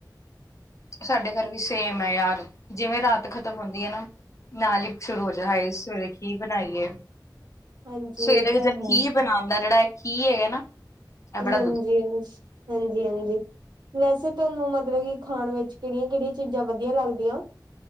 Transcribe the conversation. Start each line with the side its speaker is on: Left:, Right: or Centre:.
Left: ਸਾਡੇ ਘਰ ਵੀ ਸੇਮ ਹੈ ਯਾਰ ਜਿਵੇਂ ਰਾਤ ਖਤਮ ਹੁੰਦੀ ਏ ਨਾ ਨਾਲ ਹੀ ਸ਼ੁਰੂ ਹੋ ਜਾਂ ਸਵੇਰੇ ਕੀ ਬਨਾਈਏ।
Right: ਹਾਂਜੀ
Left: ਸਵੇਰੇ
Right: ਇਹ ਤਾਂ
Left: ਜੇ
Right: ਹੈ
Left: ਕੀ ਬਨਾਂਨ ਦਾ ਜਿਹੜਾ ਇਹ ਕੀ ਹੈਗਾ ਨਾ ਇਹ ਬੜਾ
Right: ਹਾਂਜੀ
Left: ਦੁੱਖ
Right: ਹਾਂਜੀ ਹਾਂਜੀ ਹਾਂਜੀ ਵੈਸੇ ਤੁਹਾਨੂੰ ਮਤਲੱਬ ਕਿ ਖਾਣ ਵਿੱਚ ਕਿਹੜੀਆਂ ਕਿਹੜੀਆਂ ਚੀਜ਼ਾਂ ਵਧੀਆ ਲੱਗਦੀਆਂ